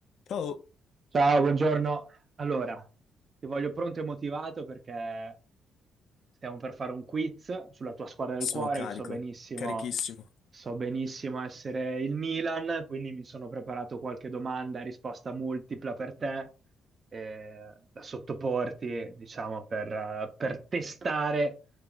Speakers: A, on the left; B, on the right.
A: Ciao,
B: Ciao, buongiorno. Allora, ti voglio pronto e motivato perché stiamo per fare un quiz sulla tua squadra del
A: sono
B: cuore,
A: carico,
B: che so benissimo,
A: carichissimo.
B: so benissimo essere il Milan, quindi mi sono preparato qualche domanda e risposta multipla per te, eh, da sottoporti, diciamo, per, eh, per testare